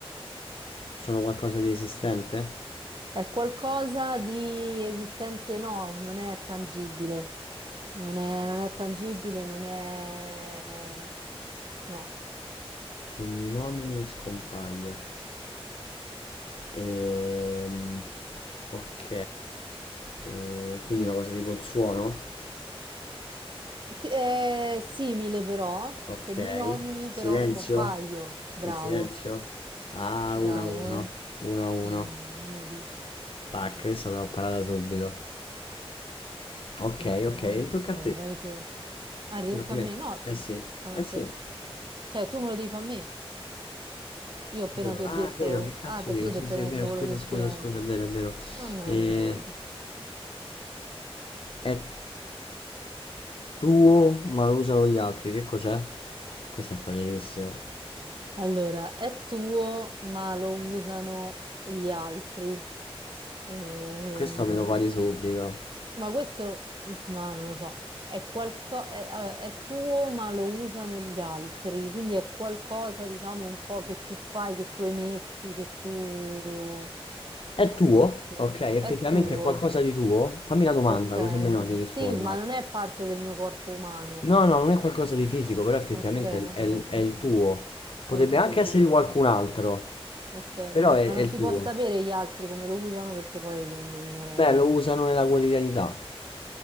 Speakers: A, on the left; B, on the right.
A: Sono qualcosa di esistente?
B: È qualcosa di esistente, no, non è tangibile. Non è, non è tangibile, non è... No.
A: Se mi nomini scompaio. Ehm, ok. E quindi una cosa tipo il suono?
B: Sì, È simile però,
A: Ok.
B: se mi nomini
A: Silenzio?
B: però scompaio. Bravo,
A: Il silenzio? Ah,
B: bravo.
A: 1-1. 1-1.
B: Uno a uno, vedi?
A: Tac, questa te l'ho parata subito. Ok,
B: Ok,
A: ok, tocca
B: poi
A: a te.
B: vai tu. Ah, ridocca
A: Tocca a
B: a
A: me.
B: me? No,
A: Eh sì,
B: a
A: eh
B: te.
A: sì.
B: Cioè, tu me lo devi fare a me. Io appena
A: Devo-
B: ti ho
A: Ah,
B: detto...
A: è vero, che cazzo
B: Ah, perché
A: dico?
B: io
A: Sì,
B: ti ho appena
A: sì, è vero,
B: detto
A: scusa,
B: quello del
A: scusa,
B: silenzio.
A: scusa, è vero, è vero.
B: No, no,
A: Eh,
B: figurati.
A: è tuo, ma lo usano gli altri, che cos'è? Questo è facilissimo.
B: Allora, è tuo, ma lo usano gli altri. Ehm,
A: Questo me lo pari subito.
B: ma questo, mm, ma non lo so, è qualcosa, è, allora, è tuo, ma lo usano gli altri. Quindi è qualcosa, diciamo, un po' che tu fai, che tu emetti, che tu,
A: È tuo?
B: che tu,
A: Ok, effettivamente
B: è tuo.
A: è qualcosa di tuo? Fammi la domanda,
B: Ok.
A: così almeno ti rispondo.
B: Sì, ma non è parte del mio corpo umano.
A: No, no, non è qualcosa di fisico, però effettivamente
B: Ok, ecco
A: è, il
B: a
A: è il
B: te.
A: tuo. Potrebbe
B: È il
A: anche
B: tuo.
A: essere di qualcun altro,
B: Ok,
A: però è,
B: ma
A: è
B: non
A: il
B: si
A: tuo.
B: può sapere gli altri come lo usano perché poi lo indovinerei.
A: Beh, lo usano nella quotidianità,